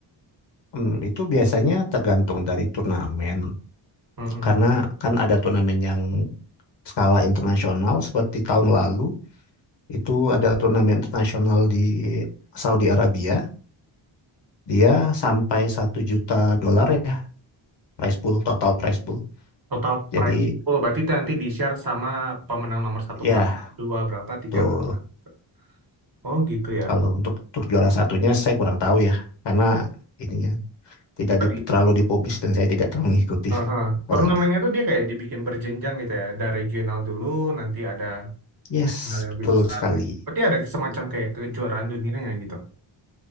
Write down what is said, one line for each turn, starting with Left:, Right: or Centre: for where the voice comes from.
Left: Hmm, itu biasanya tergantung dari turnamen,
Right: Mm-mm.
Left: karena kan ada turnamen yang skala internasional, seperti tahun lalu itu ada turnamen internasional di Saudi Arabia, dia sampai satu juta dolar ya prize pool total prize pool.
Right: Total price.
Left: Jadi
Right: Oh, berarti itu nanti di-share sama pemenang nomor satu
Left: ya
Right: berapa, dua berapa, tiga
Left: tuh
Right: berapa. gitu. Oh, gitu ya.
Left: kalau untuk untuk juara satunya saya kurang tahu ya, karena ininya tidak
Right: Berarti
Left: di, terlalu dipublis dan saya tidak terlalu mengikuti.
Right: aha.
Left: Kalau
Right: Turnamennya
Left: itu.
Right: tuh dia kayak dibikin berjenjang gitu ya. Ada regional dulu, nanti ada
Left: Yes,
Right: regional yang
Left: betul
Right: lebih besar.
Left: sekali.
Right: Berarti ada semacam kayak kejuaraan dunianya gitu.